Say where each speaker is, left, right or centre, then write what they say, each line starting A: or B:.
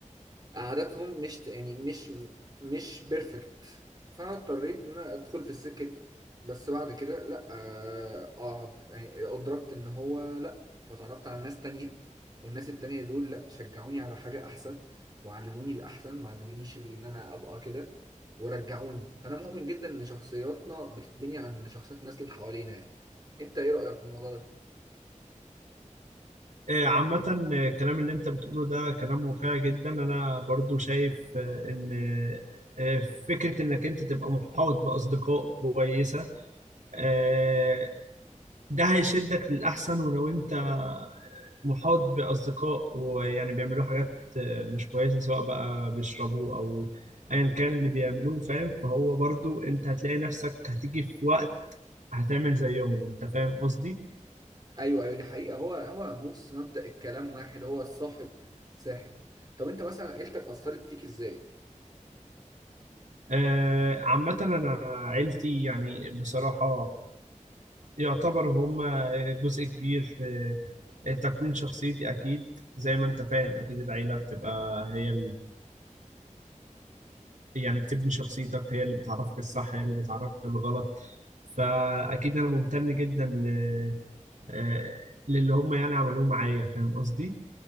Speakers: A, on the right; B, on the right.
A: عاداتهم مش يعني مش مش بيرفكت فانا اضطريت ان انا ادخل في السكه دي بس بعد كده لا آه، اقعد يعني ادركت ان هو لا فتعرفت على ناس تانية والناس التانية دول لا شجعوني على حاجه احسن وعلموني الاحسن ما علمونيش ان انا ابقى كده ورجعوني فانا مؤمن جدا ان شخصياتنا بتتبني عن شخصيات الناس اللي حوالينا يعني انت ايه رايك في الموضوع ده
B: آه، عامة آه، الكلام اللي أنت بتقوله ده كلام واقعي جدا أنا برضو شايف آه، إن آه، فكرة إنك أنت تبقى محاط بأصدقاء كويسة آه، ده هيشدك للأحسن ولو أنت محاط بأصدقاء ويعني بيعملوا حاجات آه، مش كويسة سواء بقى بيشربوا أو أيا كان اللي بيعملوه فاهم فهو برضو أنت هتلاقي نفسك هتيجي في وقت هتعمل زيهم أنت فاهم قصدي؟
A: ايوه ايوه دي حقيقه هو هو بص مبدأ الكلام واحد هو الصاحب ساحب طب انت مثلا عيلتك اثرت فيك ازاي
B: آه عامة أنا عيلتي يعني بصراحة يعتبر هم جزء كبير في تكوين شخصيتي أكيد زي ما أنت فاهم أكيد العيلة بتبقى هي يعني بتبني شخصيتك هي اللي بتعرفك الصح هي اللي بتعرفك الغلط فأكيد أنا ممتن جدا ل... آه، للي هم يعني عملوه معايا فاهم قصدي؟